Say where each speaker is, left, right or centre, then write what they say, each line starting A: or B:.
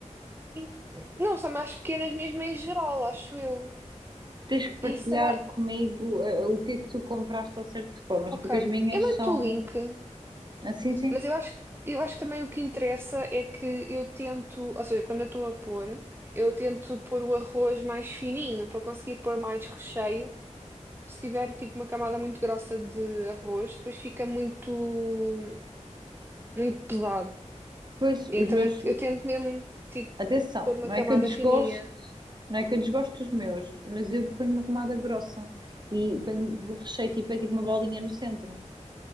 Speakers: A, on the right; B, on the right.
A: E Não, são mais pequenas mesmo em geral, acho eu.
B: Tens que partilhar
A: E será.
B: comigo eh, o que é que tu compraste ao certo de formas,
A: Ok.
B: porque as minhas
A: Eu mando-te
B: são
A: o link,
B: assim, sim.
A: mas eu acho, eu acho que também o que interessa é que eu tento, ou seja, quando eu estou a pôr, eu tento pôr o arroz mais fininho para conseguir pôr mais recheio. Se tiver tipo uma camada muito grossa de arroz, depois fica muito, muito pesado.
B: Pois,
A: Então
B: os meus,
A: eu, eu tento mesmo, tipo,
B: atenção,
A: pôr uma
B: não
A: camada
B: é que eu desgosto,
A: fininha.
B: não é que eu desgosto dos meus, mas eu ponho uma camada grossa e ponho o recheio tipo, é tipo uma bolinha no centro.